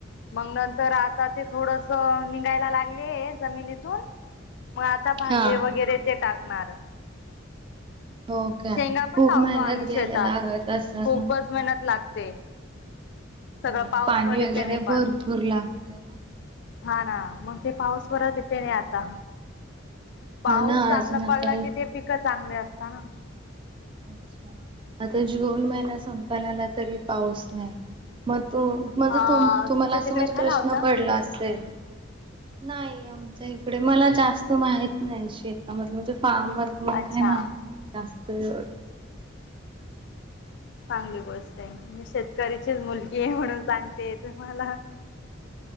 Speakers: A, on the left (about 60°); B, on the right (about 25°).
A: मग नंतर आता ते थोडस निघायला लागले जमिनीतून मग आता भाजी
B: हा
A: वगैरे ते टाकणार
B: हो काय
A: शेंगा
B: खूप
A: पण लावतो
B: मेहनत
A: आम्ही
B: घ्यायला
A: शेतात
B: लागत असेल
A: खूपच
B: ना?
A: मेहनत लागते सगळं
B: हो
A: पाऊस
B: पाणी
A: वर डिपेंड
B: वगैरे
A: आहे पाणी
B: भरपूर लागते ना?
A: हा ना मग ते पाऊस वर येते नाही आता पाऊस
B: हा ना
A: चांगला
B: अजून आता
A: पडला की ते पिकं चांगली असत ना
B: अच्छा आता जून महिना संपाला आला तरी पाऊस नाही मग त म्हणजे
A: अ
B: तुम्हाला
A: तुमच्या
B: असं
A: तिकडे
B: म्हणजे
A: काय
B: प्रश्न
A: लावता?
B: पडला असेल नाही आमच्या इकडे मला जास्त माहित नाही शेतामधलं म्हणजे फारम भलं म
A: अच्छा.
B: काही माहित नाही जास्त एवढ
A: चांगली गोष्ट आहे मी शेतकरीचीच मुलगी आहे म्हणून सांगते तुम्हाला